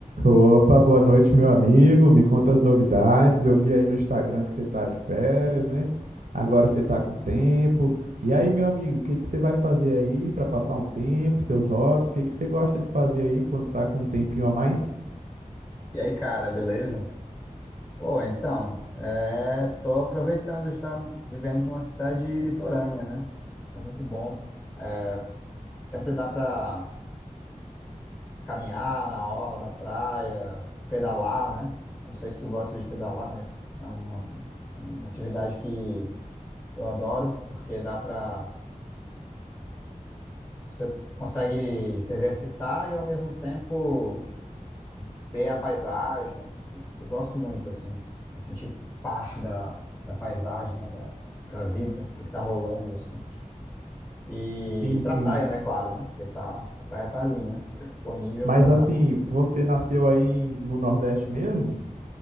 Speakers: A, on the right; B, on the left.
A: Opa, boa noite, meu amigo. Me conta as novidades. Eu vi aí no Instagram que você tá de férias, né? Agora você tá com tempo. E aí, meu amigo, o que que você vai fazer aí para passar um tempo, seus hobbies? O que que você gosta de fazer aí quando tá com um tempinho a mais?
B: E aí, cara, beleza? Pô, então, é, tô aproveitando de estar vivendo numa cidade litorânea, né? É muito bom. É, Sempre dá pra caminhar na orla da praia, pedalar, né? Eu não sei se tu gosta de pedalar, mas é uma, uma atividade que eu adoro, porque dá pra... Você consegue se exercitar e, ao mesmo tempo, ver a paisagem. Eu gosto muito, assim, se sentir parte da, da paisagem, né, da, da vida, do que tá rolando, assim. E,
A: Sim,
B: e
A: sim.
B: pra praia, né, claro, né? Porque tá, a praia tá ali, né? Disponível
A: Mas
B: pra.
A: assim, você nasceu aí no Nordeste mesmo?